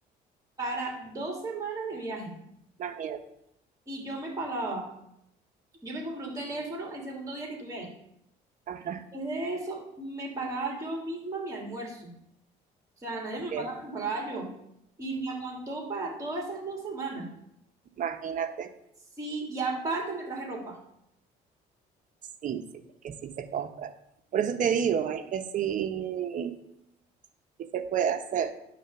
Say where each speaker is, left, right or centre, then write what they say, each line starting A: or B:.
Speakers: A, on the right (about 20°); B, on the right (about 50°).
A: para dos semanas de viaje,
B: imagínate.
A: y yo me pagaba, yo me compré un teléfono el segundo día que estuve ahí.
B: Ajá,
A: Después de eso, me pagaba yo misma mi almuerzo, o sea, nadie
B: ok,
A: me lo pagaba, me lo pagaba yo, y me aguantó para todas esas dos semanas.
B: imagínate.
A: Sí, y aparte me traje ropa.
B: Sí, sí, es que sí se compra. Por eso te digo, es que sí, sí se puede hacer.